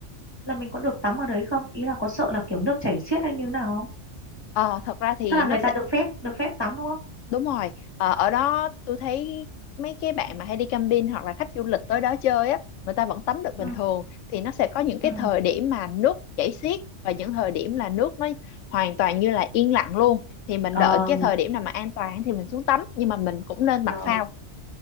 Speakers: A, on the left (about 20°); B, on the left (about 80°).
A: là mình có được tắm ở đấy không ý là có sợ là kiểu nước chảy xiết hay như nào không
B: Ờ, thật ra thì
A: tức là
B: nó
A: người
B: sẽ
A: ta được phép được phép tắm đúng không
B: Đúng rồi, ờ, ở đó tôi thấy mấy cái bạn mà hay đi camping hoặc là khách du lịch tới đó chơi á, người ta vẫn tắm được bình
A: ừ,
B: thường thì nó sẽ có những cái
A: ừ.
B: thời điểm mà nước chảy xiết và những thời điểm là nước nó hoàn toàn như là yên lặng luôn thì mình
A: Ờ,
B: đợi cái thời điểm nào mà an toàn thì mình xuống tắm nhưng mà mình cũng nên
A: ờ,
B: mặc phao.